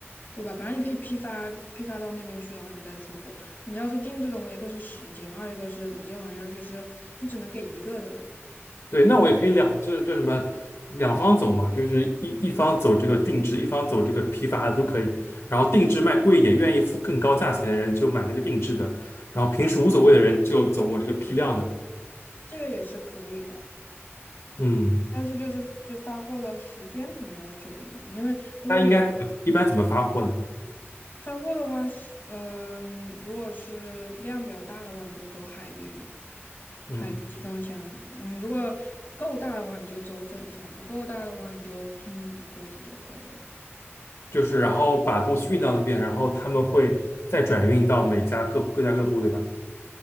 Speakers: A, on the left; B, on the left.
A: 对吧？本来你可以批发批发到那边去，然后你再出货。你要是定制的话，一个是时间，二一个是你这玩意儿就是你只能给一个人，
B: 对，那我也可以两，就是就什么两方走嘛，就是一一方走这个定制，一方走这个批发的都可以。然后定制卖贵一点，愿意付更高价钱的人就买那个定制的，然后平时无所谓的人就走我这个批量的。
A: 这个也是可以的。
B: 嗯，
A: 但是就是就发货的时间可能要久一点了，因为如果你
B: 那应该怎么一般怎么发货呢？
A: 发货的话，嗯、如果是量比较大的话，你就走海运嘛。
B: 嗯，
A: 还有集装箱嗯，如果够大的话，你就走整箱；不够大的话，你就拼一个柜子就可以了。
B: 就是然后把东西运到那边，然后他们会再转运到每家各各家各户，对吧？